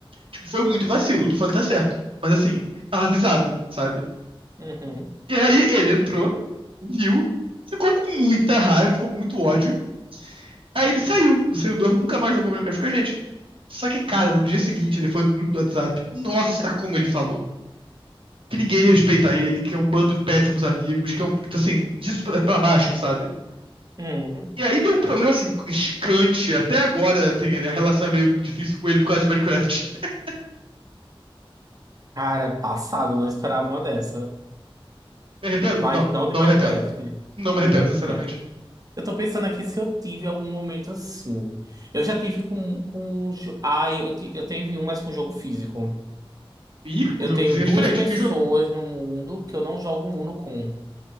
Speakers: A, on the right (about 65°); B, on the right (about 40°).
A: Tipo, foi muito vacilo, tu fala que tá certo. Mas assim, tava avisado, sabe?
B: Uhum.
A: E aí ele entrou, viu, ficou com muita raiva, ficou com muito ódio. Aí ele saiu do servidor, nunca mais jogou Minecraft com a gente. Só que, cara, no dia seguinte ele foi no grupo do WhatsApp. Nossa, como ele falou. Que ninguém respeita ele, que é um bando de péssimos amigos, que é um, assim, disso pra, pra baixo, sabe?
B: Uhum.
A: E aí deu um problema, assim, gigante. Até agora tem, a relação é meio difícil com ele por causa de Minecraft. <laughs>
B: Cara, passado, não esperava uma dessa.
A: Me arrependo?
B: Mine-
A: Não,
B: Não de
A: não
B: Minecraft.
A: me arrependo. Não
B: Não
A: me arrependo,
B: de Minecraft.
A: sinceramente.
B: Eu tô pensando aqui se eu tive algum momento assim. Eu já tive com, com... jo- Ah, eu, ti- eu tive um, mas com jogo físico.
A: Ih,
B: Eu
A: o jogo
B: tenho
A: físico é
B: duas
A: diferente.
B: pessoas
A: Que jogo?
B: no mundo que eu não jogo Uno com.